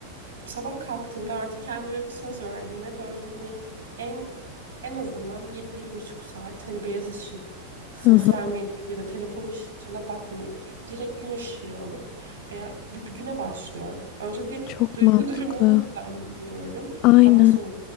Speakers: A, on the right; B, on the left.
A: sabah kalktığımda artık kendime bir söz verdim ve böyle hani en en azından bir, bir buçuk saat hani beyaz ışık,
B: Hı
A: sosyal
B: hı.
A: medya ya da telefon ışığına bakmayıp direkt gün ışığı alıp e, bir, bir güne başlıyorum. Önce bir
B: Çok
A: duygu
B: mantıklı.
A: <laughs> durumumu düzenliyorum.
B: Aynen.
A: Daha sonra